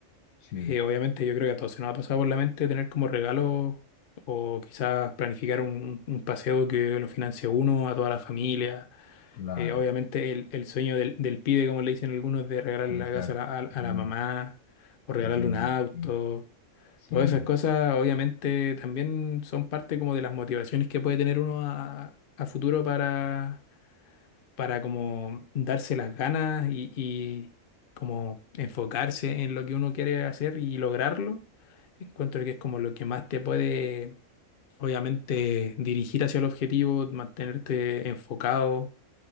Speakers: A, on the left (about 90°); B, on the left (about 50°).
A: Sí,
B: Eh, obviamente yo creo que a todos se nos ha pasado por la mente tener como regalo o quizás planificar un, un paseo que lo financie uno a toda la familia.
A: claro,
B: Eh, obviamente el, el sueño del, del pibe, como le dicen algunos, de regalarle
A: exacto.
B: la casa a la, a
A: El sueño,
B: la mamá o regalarle
A: el sueño,
B: un auto.
A: sí, sí.
B: Todas esas cosas obviamente también son parte como de las motivaciones que puede tener uno a, a futuro para, para como darse las ganas y, y como enfocarse en lo que uno quiere hacer y lograrlo. Encuentro que es como lo que más te puede obviamente dirigir hacia el objetivo, mantenerte enfocado